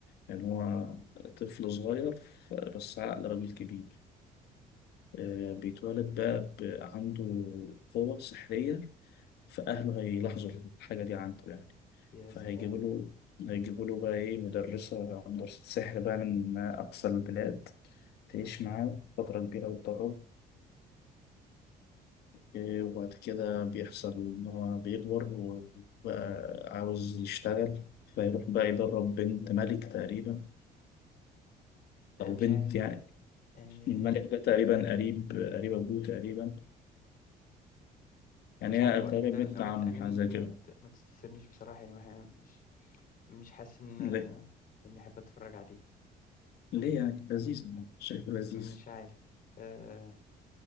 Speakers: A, on the left; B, on the left.
A: يعني هو طفل صغير ف- بس عقل راجل كبير آه، بيتولد بقى ب- عنده قوة سحرية فأهله هيلاحظوا الحاجة دي عنده يعني
B: يا
A: فهيجيبوا
B: سلام
A: له هيجيبوا له بقى إيه مدرسة مدرسة سحر بقى من أقصى البلاد تعيش معاه فترة كبيرة وتدرب إيه، وبعد كده بيحصل إن هو بيكبر وبقى عاوز يشتغل فيروح بقى يدرب بنت ملك تقريبا
B: آه،
A: أو
B: مش
A: بنت
B: عارف
A: يعني
B: يعني
A: الملك
B: آه،
A: ده تقريبا قريب قريب أبوه تقريبا يعني
B: مش عارف
A: هي تقريبا
B: هو ده
A: بنت
B: نوعيه
A: عمه
B: انمي
A: حاجة زي
B: دي
A: كده
B: ما ت- ما تستثيرنيش بصراحه يعني ما ح- مش مش حاسس ان
A: ليه؟
B: آه، اني احب اتفرج عليه
A: ليه يعني لذيذ شايف لذيذ
B: مش عارف آه،